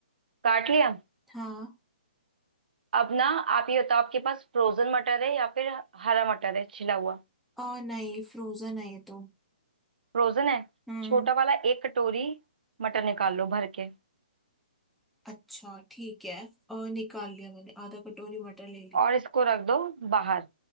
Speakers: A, on the right (about 65°); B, in the centre.
A: काट लिया
B: हाँ
A: अब ना आप ये बताओ आपके पास फ्रोजन मटर है या फिर हरा मटर है छिला हुआ
B: और नहीं फ्रोजन है ये तो
A: फ्रोजन है
B: हम्म
A: छोटा वाला एक कटोरी मटर निकाल लो भर के
B: अच्छा ठीक है और निकाल लिया मैंने आधा कटोरी मटर ले ली
A: और इसको रख दो बाहर